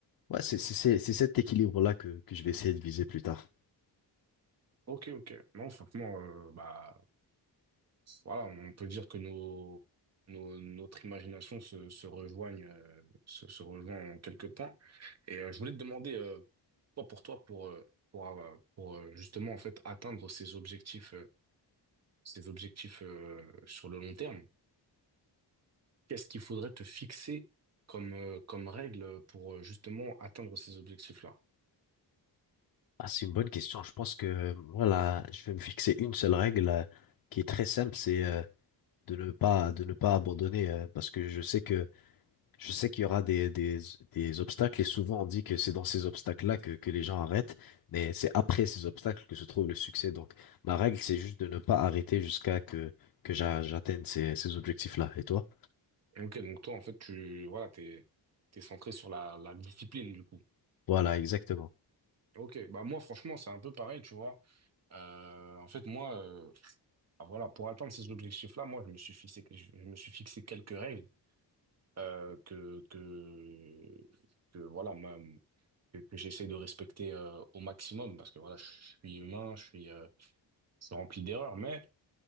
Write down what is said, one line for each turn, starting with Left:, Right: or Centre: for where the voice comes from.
Left: ouais, c'est, c'est, c'est c'est cet équilibre-là que, que je vais essayer de viser plus tard.
Right: Ok, ok. Non, franchement, euh, bah, Voilà, on peut dire que nos, nos- notre imagination se, se rejoignent, euh, se, se rejoint en quelques points. Et euh, je voulais te demander, euh, toi, pour toi, pour, euh, pour, avoir- pour euh, justement en fait atteindre ces objectifs, euh, ces objectifs euh, sur le long terme, qu'est-ce qu'il faudrait te fixer comme, euh, comme règle pour euh, justement atteindre ces objectifs-là?
Left: Ah, c'est une bonne question. Je pense que, euh, voilà, je vais me fixer une seule règle euh, qui est très simple, c'est euh, de ne pas, de ne pas abandonner, euh, parce que je sais que Je sais qu'il y aura des, des, des obstacles et souvent on dit que c'est dans ces obstacles-là que, que les gens arrêtent, mais c'est après ces obstacles que se trouve le succès. Donc ma règle, c'est juste de ne pas arrêter jusqu'à que, que j'a- j'atteigne ces, ces objectifs-là. Et toi?
Right: Ok, donc toi, en fait, tu, voilà, t'es, t'es centré sur la, la discipline, du coup.
Left: Voilà, exactement.
Right: Ok, bah moi franchement c'est un peu pareil, tu vois. Euh, en fait moi, euh, ah, voilà, pour atteindre ces objectifs-là, moi je me suis fixé, je, je me suis fixé quelques règles euh, que, que que voilà ma- que, que j'essaie de respecter euh, au maximum parce que voilà je suis humain, je suis, euh, je suis rempli d'erreurs, mais